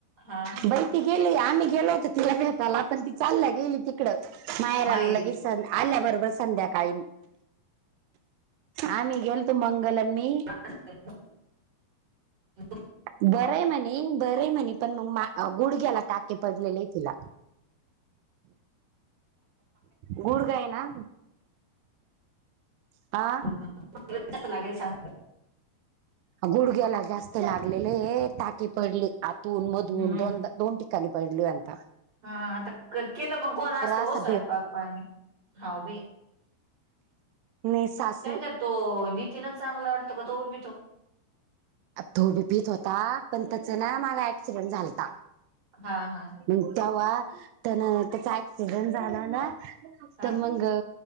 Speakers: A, on the right (about 40°); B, on the right (about 85°).
A: हा
B: बई. ती गेली आम्ही गेलो होतो तिला भेतायला पण ती चाल गेली तिकडं मायराला
A: माहेरी
B: लगेच. आल्याबरोबर संध्याकाळी आम्ही गेलतो मंगल आण मी
A: अ.
B: बरं आहे म्हणे बरे म्हणे पण मग गुडघ्याला टाके पडलेले आहे तिला गुडघाय ना. आ.
A: ह. जास्त लागेल सांग.
B: गुडघ्याला जास्त लागलेले टाकी पडली आतून मधून
A: हम्म
B: दोनदा दोन ठिकाणी पडलीयता
A: हा आता केलं पण कोण असतं हो
B: असा
A: स्वयंपाक पाने हाऊ बाई.
B: नाही सासू
A: त्यांच्या तो नितीनच चांगला वाटतो का तोबी पितो.
B: तोबी पीत होता पण त्याच ना मागा ऍक्सिडेंट झालता.
A: हा हा
B: मग तेव्हा त्यान त्याचा अक्सिडेंट झाला ना
A: हा
B: तर मग अ